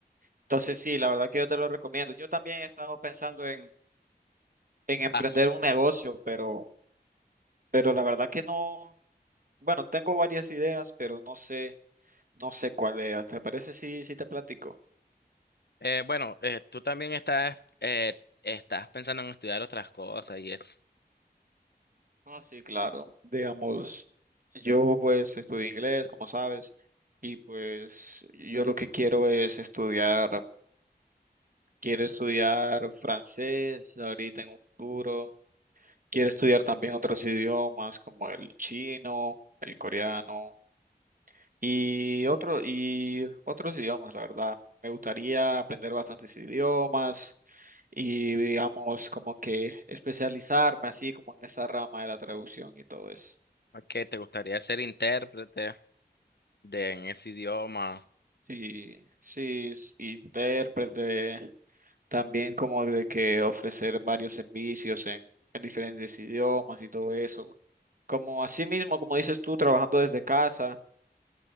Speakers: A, on the right; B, on the left.
A: Entonces sí, la verdad que yo te lo recomiendo. Yo también he estado pensando en, en emprender
B: Ah,
A: un negocio, pero, pero la verdad que no, bueno, tengo varias ideas, pero no sé, no sé cuál es. ¿Te parece si, si te platico?
B: eh, bueno, eh, tú también estás, eh, estás pensando en estudiar otras cosas y es
A: Ah, sí, claro. Digamos, yo pues estudio inglés, como sabes, y pues yo lo que quiero es estudiar Quiero estudiar francés ahorita en un futuro. Quiero estudiar también otros idiomas como el chino, el coreano y otro, y otros idiomas, la verdad. Me gustaría aprender bastantes idiomas y digamos como que especializarme así como en esa rama de la traducción y todo eso.
B: que te gustaría ser intérprete de en ese idioma
A: Sí, sí, s- intérprete, también como de que ofrecer varios servicios en en diferentes idiomas y todo eso. como así mismo, como dices tú, trabajando desde casa.